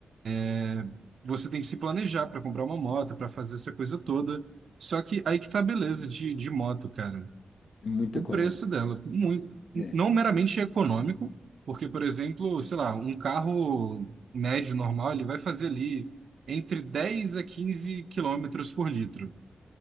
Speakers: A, on the right; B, on the left.
A: é, você tem que se planejar para comprar uma moto, para fazer essa coisa toda. Só que aí que tá a beleza de, de moto, cara.
B: muito
A: O
B: econômica.
A: preço dela, muito,
B: É.
A: não meramente econômico, porque, por exemplo, sei lá, um carro médio normal, ele vai fazer ali entre 10 a 15 quilômetros por litro.